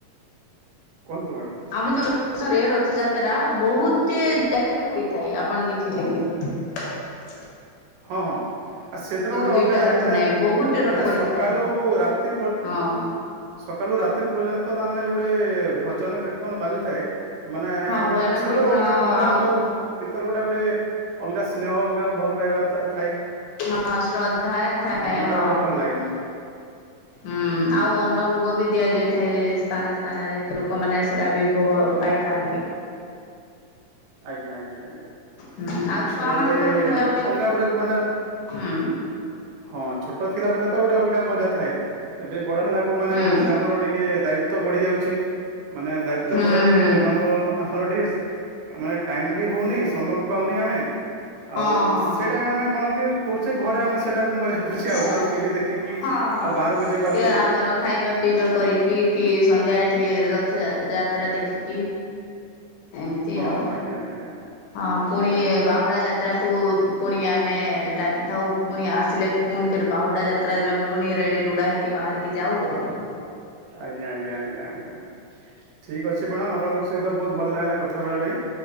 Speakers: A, on the right; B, on the left.
A: କୁହନ୍ତୁ ମ୍ୟାଡ଼ମ୍
B: ଆମ ଯୋଉ ରେ ରଥଯାତ ଯାତ୍ରା ବହୁତ ଜାଗାରେ ହୋଇଥାଏ ଆପଣ ଦେଖି କି ଦେି
A: ହଁ ହଁ ଆ ସେଦିନ ଗୋଟେ
B: ଦୁଇଟା
A: ଅଲଗା ଲାଗେ
B: ରଥ
A: ମାନେ
B: ନାହିଁ ବହୁତ
A: ମାନେ
B: ରଥ ପଡିଥାଏ
A: ସକାଲୁ ରାତି
B: ହଁ।
A: ସକାଲୁ ରାତି ପର୍ଯ୍ୟନ୍ତ ତା ମାନେ ଯୋ ଗୋଟେ ଭଜନ କୀର୍ତ୍ତନ ବାଜୁଥାଏ। ମାନେ
B: ହଁ ଭଜନ
A: ଗୋଟେ ସେ
B: କୀର୍ତ୍ତନ
A: ଗଟେ ଅଲଗା ଭଗବାନଙ୍କ
B: ଆଉ
A: ଭିତର ଗୋଟେ ଗୋଟେ। ଅଲଗା ସ୍ନେହ ଅଲଗା ଭଲ ପାଇବା ତଥା
B: ହଁ ଶ୍ରଦ୍ଧା ଥାଏ
A: ମନ
B: ହଁ
A: ଟା ଗୋଟେ ଭଲ ଲାଗେ
B: ହୁଁ ଆଉ
A: ଆଜ୍ଞା
B: ଅନ୍ନ ଭୋଗ ବି ଦିଆଯାଇଥାଏ ସ୍ଥାନ ସ୍ଥାନରେ ତ ଲୋକମାନୋନ ସେଟା ବି ଭୋଗ ପାଇଥାନ୍ତି।
A: ଆଜ୍ଞା ଆଜ୍ଞା ଆଞା
B: ହୁଁ ଆଉ ଛୁଆ
A: ସେଇଟା
B: ମାନଙ୍କର
A: ଗୋଟେ
B: ବି ମଜା
A: ଅଲଗା ଗୋଟେ ମାନେ
B: ହୁଁ।
A: ହଁ। ଛୋଟ ଥିଲା ବେଳେ ଗୋଟେ ଅଲଗା ମଜା ଥାଏ। ଏବେ ବଡ ହେଲାକୁ ମାନେ
B: ହୁଁ
A: ସେ ଆମର ଟିକେ ଦାୟିତ୍ୱ ତ ବଢି ଯାଉଛି ମାନେ ଦାୟିତ୍ୱ
B: ହୁଁ
A: ବୋଡରେ
B: ହୁଁ
A: ଆମର ଟିକେ ମାନେ ଟାଇମ ବି ହଉନି ସମୟ ବି ପାଉନେ ଆମେ ଆଉ
B: ହଁ ହଁ।
A: ସେଇଟା ଆମେ କଣ କି କରୁଛେ ଘରେ ଆମେ ସେଇଟାକୁ ମଜା କରୁଛେ
B: ହଁ
A: ଆଉ ଘର ଟିଭି ଦେଖିକି
B: ହଁ
A: ଆଉ ବାହାରକୁ
B: ସେ
A: ଯାଇ ପାରୁନେ
B: ଆମର ଖାଇବା ପିଇବା କରିକି କିଏ ସନ୍ଧ୍ୟାରେ ଟିକେ ର ଥ ଯାତ୍ରା ଦେଖିକି ଏମିତି
A: ହଁ
B: ଆଉ
A: ଆଜ୍ଞା ଆଜ୍ଞା
B: ହଁ ପୁଣି ବାହୁଡା ଯାତ୍ ଯାତ୍ରାକୁ ପୁଣି ଆମେ ଟାକିଥାଉ ପୁଣି ଆସିଲେ ପୁଣି ଫେରେ ବାହୁଡା ଯାତ୍ରା ଦିନ ଫୁଣି ରେଡି ରୁଡ଼ା ହେଇକି ବାହାରି କି ଯାଉ ଆଉ
A: ଆଜ୍ଞା ଆଜ୍ଞା ଆଜ୍ଞା ଆଜ୍ଞା ଠିକ ଅଛି ମ୍ୟାଡ଼ାମ ଆପଣଙ୍କ ସହିତ ବହୁତ ଭଲ ଲାଗିଲା କଥାହେବାର ପାଇଁ।